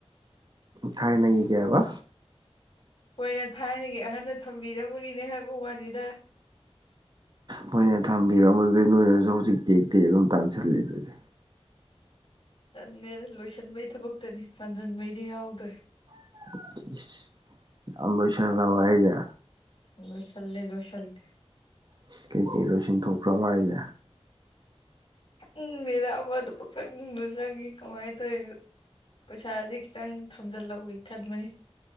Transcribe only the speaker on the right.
ꯊꯥꯏꯅꯒꯤ ꯀꯩ ꯍꯥꯏꯕ
ꯃꯣꯏꯅ ꯊꯝꯕꯤꯔꯝꯗꯨꯗꯩ ꯅꯣꯏꯅꯁꯨ ꯍꯧꯖꯤꯛ ꯇꯦꯛ ꯇꯦꯛ ꯑꯗꯨꯝ ꯇꯥꯟꯁꯤꯜꯂꯤꯗꯨꯗꯤ
<unintelligible> ꯌꯥꯝ ꯂꯣꯏꯁꯤꯟꯂꯕꯣ ꯍꯥꯏꯁꯦ
ꯏꯁ ꯀꯩ ꯀꯩ ꯂꯣꯏꯁꯤꯟꯊꯣꯛꯈ꯭ꯔꯕ ꯍꯥꯏꯁꯦ